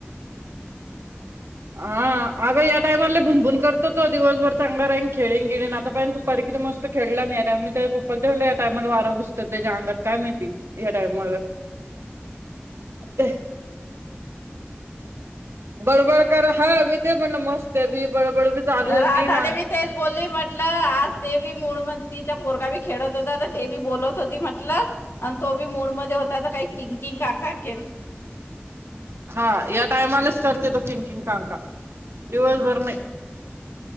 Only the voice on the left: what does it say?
राधाले
बी तेच बोलली म्हटलं आज ते बी मुड म तिच्या पोरगा बी खेडत होता ते बी बोलत होती म्हटलं अन तो बी मूड मध्ये होता आ काही थिकिंग कांणकांण के